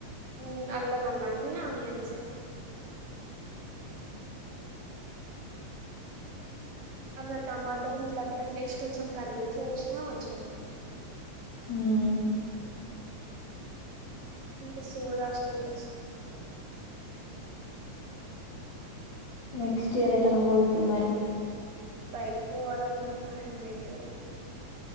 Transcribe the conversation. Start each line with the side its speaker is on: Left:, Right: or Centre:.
Right: ఉ అల్లమల్ల అన్న అనియన్ంచే అందులా టమాటాలు ఇట్లా అట్లాట్సి కొంచం కర్రీలట్ వసినంచం
Left: ఉమ్
Right: ఇస్తు హస్టల్కి వచ్చ
Left: నెక్స్ట్ ఇయర్ ఏటనా పోదు మరి
Right: బయటకి పోవాలని తన అన్మైతుగా